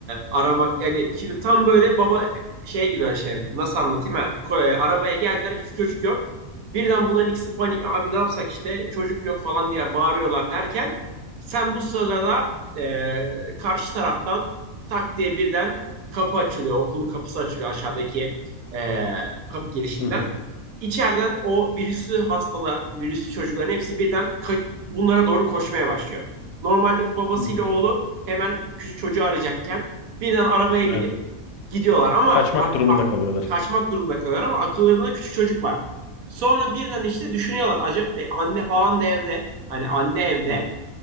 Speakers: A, on the right; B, on the left.
A: arama. Yani şimdi tam böyle baba şeye giriyor şey. Nasıl anlatayım ha? Ko- e, arabaya geldiler küçük çocuk yok. Birden bunların ikisi panik. Abi ne yapsak işte çocuk yok falan diye bağırıyorlar derken sen bu sırada e, karşı taraftan tak diye birden kapı açılıyor. Okulun kapısı açılıyor aşağıdaki e, kapı girişinden.
B: Hı hı.
A: İçeriden o virüslü hastalar, virüslü çocukların hepsi birden bunlara doğru koşmaya başlıyor. Normalde bu babasıyla
B: Hı hı.
A: oğlu hemen küçük çocuğu arayacakken birden arabaya
B: Aynen.
A: binip gidiyorlar ama
B: Kaçmak
A: ak-
B: durumunda
A: ak-
B: kalıyorlar.
A: kaçmak durumunda kalıyorlar ama akıllarında küçük çocuk var. Sonra birden işte düşünüyorlar acaba e, anne falan da evde hani anne evde
B: Hı